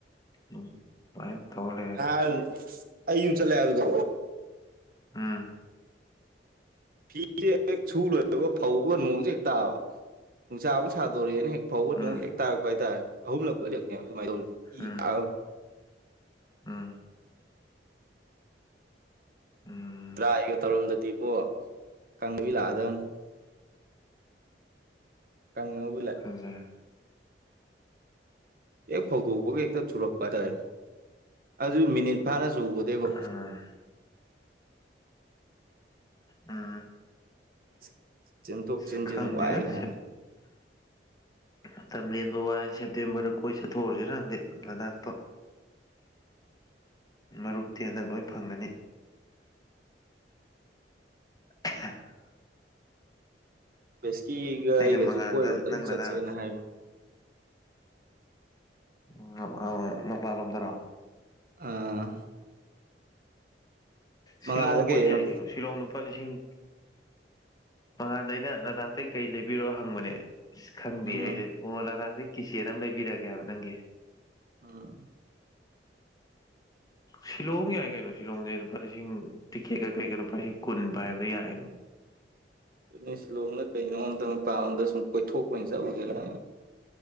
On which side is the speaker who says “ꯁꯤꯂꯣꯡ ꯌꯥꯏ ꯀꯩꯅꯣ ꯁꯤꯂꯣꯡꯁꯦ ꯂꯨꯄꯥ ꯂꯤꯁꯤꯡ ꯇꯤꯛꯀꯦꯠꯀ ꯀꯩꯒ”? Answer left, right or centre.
Left